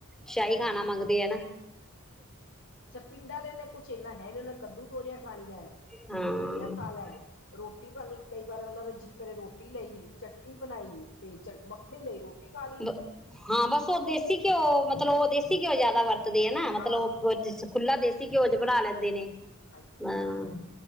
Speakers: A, in the centre; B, on the left.
A: ਸ਼ਾਹੀ ਖਾਣਾ
B: ਹੂੰ,
A: ਮੰਗਦੇ ਆ ਨਾ।
B: ਪਿੰਡਾਂ ਆਲੇ ਨੇ ਕੁਛ ਇਨਾ ਹੈ ਨਹੀ ਉਨ੍ਹਾਂ ਕੱਦੂ ਤੋਰੀਆਂ ਖਾਣੀਆਂ
A: ਹਾਂ-ਹਾਂ
B: ਸੇਵੀਆਂ ਖਾ ਲੈ। ਰੋਟੀ ਪਾਣੀ ਕਈ ਵਾਰ ਉਹਨਾਂ ਦਾ ਜੀ ਕਰੇ ਰੋਟੀ ਲਈ ਚਟਨੀ ਬਣਾਈ। ਤੇ ਚ ਮੱਖਣੀ ਲਈ ਰੋਟੀ ਖਾ ਲਈ
A: ਹਾ, ਹਾਂ ਬਸ ਉਹ ਦੇਸੀ ਘਿਓ ਮਤਲਬ ਓ ਦੇਸੀ ਘਿਓ ਜਿਆਦਾ ਵਰਤ <unintelligible> ਮਤਲਬ
B: ਹਾਂ,
A: ਉਹ ਖੁੱਲਾ ਦੇਸੀ ਘਿਓ ਚ ਬਣਾ ਲੈਂਦੇ ਨੇ। <unintelligible>
B: ਹਾਂਜੀ-ਹਾਂਜੀ,
A: ਹਾਂ